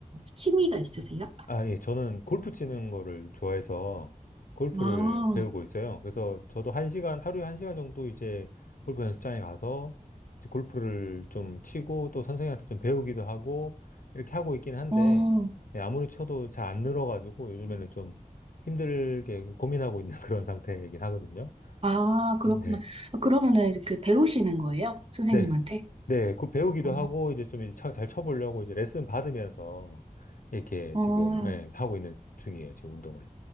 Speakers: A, on the right; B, on the left.
A: 취미가 있으세요?
B: 아, 예, 저는 골프 치는 거를 좋아해서 골프를
A: 아,
B: 배우고 있어요. 그래서 저도 한 시간, 하루에 한 시간 정도 이제 골프 연습장에 가서 이제 골프를 좀 치고 또 선생님한테 좀 배우기도 하고 이렇게 하고 있긴 한데
A: 어,
B: 예, 아무리 쳐도 잘 안 늘어가지고 요즘에는 좀 힘들게 고민하고 있는 <laughs> 그런 상태이긴 하거든요.
A: 아, 그렇구나.
B: 네.
A: 아, 그러면은 그 배우시는 거예요? 선생님한테?
B: 네. 네. 그 배우기도
A: 어,
B: 하고 이제 좀 이제 쳐- 잘 쳐보려고 이제 레슨 받으면서 이렇게
A: 어,
B: 지금 예, 하고 있는 중이에요. 지금 운동을.